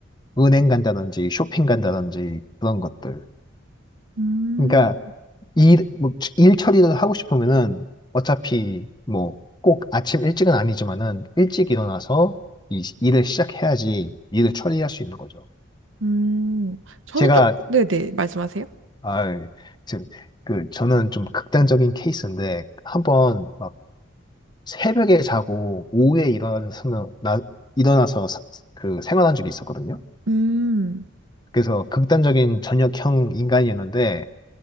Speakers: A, on the left; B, on the right.
A: 은행 간다든지 쇼핑 간다든지 그런 것들.
B: 음,
A: 그러니까 일, 뭐, 일 처리를 하고 싶으면은 어차피 뭐 꼭 아침 일찍은 아니지만은 일찍 일어나서 이 일을 시작해야지 일을 처리할 수 있는 거죠.
B: 음, 저는
A: 제가,
B: 쪽, 네네, 말씀하세요.
A: 아, 저, 그, 저는 좀 극단적인 케이스인데 한번 막 새벽에 자고 오후에 일어나서, 나, 일어나서 사- 그 생활한 적이 있었거든요.
B: 음.
A: 그래서 극단적인 저녁형 인간이었는데